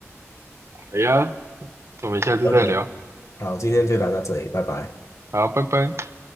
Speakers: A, on the right; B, on the left.
A: 好呀，我们下次再聊。
B: OK，好，今天就聊到这里，拜拜。
A: 好，拜拜。